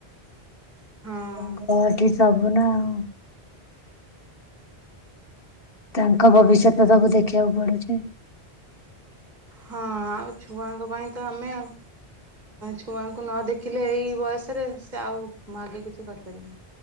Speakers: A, on the left; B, on the right.
A: <inaudible>
B: ହଁ
A: ଛୁଆଙ୍କ ଏଠି ସ ବନାଓ ତାଙ୍କ
B: ଆଉ
A: ଭବିଷ୍ୟତ ସବୁ ଦେଖି ଦେଖିବାକୁ ପଡୁଚି <inaudible>
B: ହଁ ଆଉ ଛୁଆଙ୍କ ପାଇଁ ତ ଆମେ ଆଉ ଛୁଆଙ୍କୁ ନ ଦେଖିଲେ ଏଇ ବୟସରେ ସେ ଆଉ ଆଗେ କିଛି କରିପାରିବନି।